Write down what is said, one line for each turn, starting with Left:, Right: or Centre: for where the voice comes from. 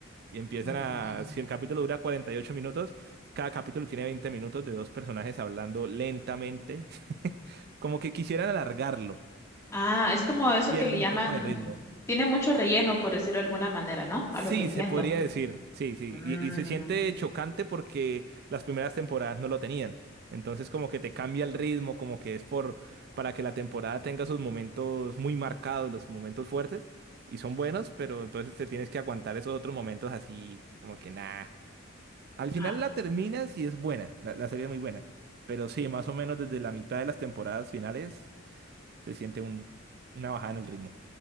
Right: Y empiezan
Left: Mm.
Right: a, si el capítulo dura 48 minutos, cada capítulo tiene 20 minutos de dos personajes hablando lentamente, <laughs> como que quisieran alargarlo.
Left: Ah, es como eso
Right: Pierde
Left: que le llaman,
Right: un poco de ritmo.
Left: tiene mucho relleno, por decirlo de alguna manera, ¿no? A
Right: Sí,
Left: lo que entiendo.
Right: se podría decir, sí, sí,
Left: Mm.
Right: y, y se siente chocante porque las primeras temporadas no lo tenían, entonces como que te cambia el ritmo, como que es por, para que la temporada tenga sus momentos muy marcados, los momentos fuertes, y son buenos, pero entonces te tienes que aguantar esos otros momentos así, como que nada. Al final
Left: Ah.
Right: la terminas y es buena, la, la serie es muy buena, pero sí, más o menos desde la mitad de las temporadas finales se siente un, una bajada en el ritmo.